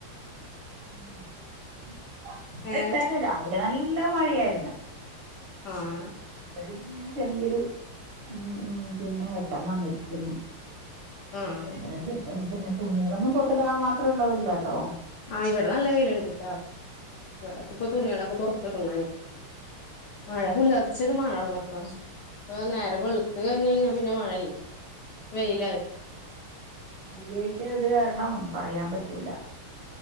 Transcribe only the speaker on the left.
ഏഹ്
ആഹ്
ആഹ്
ആഹ് ഇവിടെ നല്ല വെയില്ണ്ട്ട്ടാ ഇവിടക്കെ ഇപ്പൊ തുണിളൊക്കെ പൊറത്ത്ടണ <unintelligible> മഴ പുലർച്ചെയാണ് മഴള്ളെ പ്പ ഇപ്പ നേരെ വെളുത്ത് കഴിഞ്ഞ് കഴിഞ്ഞാ പിന്നെ മഴയില്ല വെയിലായി